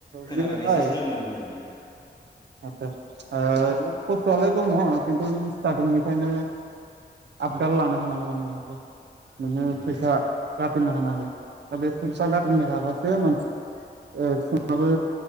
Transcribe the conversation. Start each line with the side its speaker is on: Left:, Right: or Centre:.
Left: खोनानानै
Right: बेयोहाय
Left: एसे सोलोंनो लुबैदों माने
Right: आतसा ओ <unintelligible> खसथ'आलाय दङ' खिनथु नों स्टारटिंनि फ्रायनो आपदाल
Left: औ
Right: लानो हानांगौ माने नोङो
Left: उम
Right: फैसा गारफैनो हानांगोन दा बे फैसा गारग्रोनो हायाबासो मानसि सङाबो